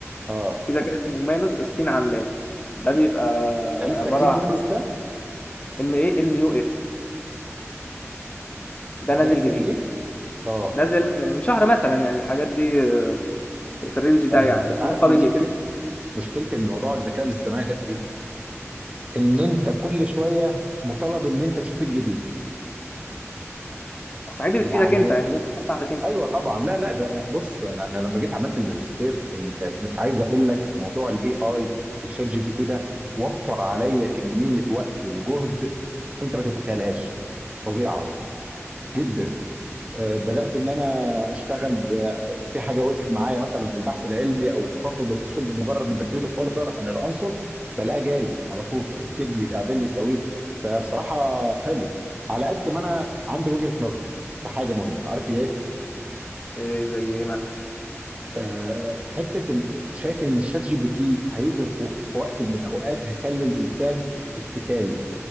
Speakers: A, on the right; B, on the left.
A: اه
B: في ذكاء اسمه مانوس الصين عاملاه ده بيبقى
A: ده لسه
B: عباره
A: جديد
B: عن
A: مانوس ده
B: ام اي ان يو اس ده نازل
A: ده لسه
B: جديد
A: جديد اه
B: نازل من من شهر مثلا يعني الحاجات دي آه، في في الرينج ده
A: آه،
B: يعني
A: انت انت
B: بس
A: عارف
B: ده قوي
A: مشكلة
B: جدا
A: مشكلة الموضوع الذكاء الاصطناعي ده في ايه؟ ان انت كل شوية مطالب ان انت تشوف الجديد
B: اصل الحاجات دي
A: يعني
B: بتفيدك انت
A: هي
B: يعني هي في مصلحتك انت
A: ايوه طبعا لا لا ده بص انا انا لما جيت عملت الماجستير ال- مش عايز اقول لك موضوع الاي اي والشات جي بي تي ده وفر عليا كميه وقت وجهد انت ما تتخيلهاش فظيعه جدا آه، بدات ان انا اشتغل ب- في حاجه وقفت معايا مثلا في البحث العلمي او في فصل من الفصول مجرد ما بديله الاوردر عن العنصر بلاقيه جالي على طول اكتب لي اعمل لي سوي لي فبصراحه حلو على قد ما انا عندي وجهه نظر في حاجه مهمه عارف ايه
B: إيه زي ايه مثلا
A: آه، حته ال- ال- شايف ان الشات جي بي تي هيجي في و- في وقت من الاوقات هيخلي الانسان اتكالي